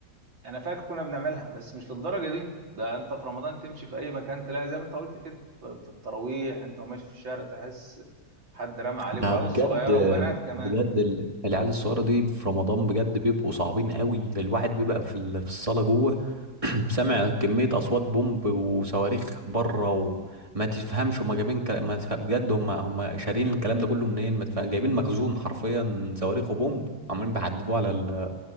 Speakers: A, on the right; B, on the right.
A: انا فاكر كنا بنعملها بس مش للدرجه دي ده انت في رمضان تمشي في اي مكان تلاقي زي ما انت قلت كده ف- في التراويح انت وماشي في الشارع تحس حد رمى عليك
B: ده
A: وعيال
B: بجد
A: صغيره وبنات كمان
B: بجد ال- العيال الصغيرة دي في رمضان بجد بيبقوا صعبين قوي الواحد بيبقى في ال- في الصالة جوه <clears throat> سامع كمية أصوات بومب وصواريخ بره وما تفهمش هما جايبين كلا... ما تفهم بجد هما هما شارين الكلام ده كله منين ما تفهم جايبين مخزون حرفيا صواريخ وبومب عمالين بيحدفوه على ال...